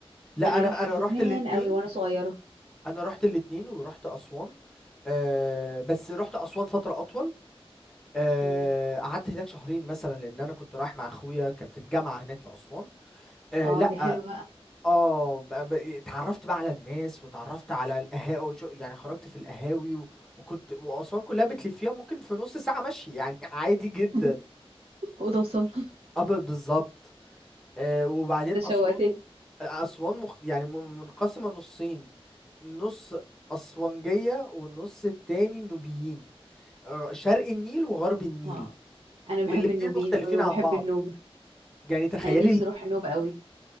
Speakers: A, in the centre; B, on the right (about 70°).
A: لا
B: انا
A: أنا
B: رحت
A: أنا
B: زمان
A: رحت الاتنين
B: قوي وانا صغيره
A: أنا رحت الاتنين ورحت أسوان أه بس رحت أسوان فترة أطول آه،
B: امم
A: قعدت هناك شهرين مثلا لان انا كنت رايح مع اخويا كان في الجامعه هناك في اسوان آه،
B: اه
A: لا
B: دي حلوه بقى
A: اه ب- ب- اتعرفت بقى على الناس واتعرفت على القهاوي يعني خرجت في القهاوي و... وكنت واسوان كلها بتلفيها ممكن في نص ساعه مشي يعني <laughs> عادي جدا
B: <laughs> اوضه وصاله
A: اه ب- بالظبط آه وبعدين
B: ده شوقتني
A: اسوان اسوان مخ... يعني م- منقسمه نصين نص اسوانجيه والنص التاني نوبيين آه شرق النيل وغرب النيل
B: اه انا
A: والاتنين
B: بحب النوبيين
A: مختلفين
B: قوي وبحب
A: عن بعض
B: النوبة
A: يعني تخيلي
B: انا نفسي اروح النوبة قوي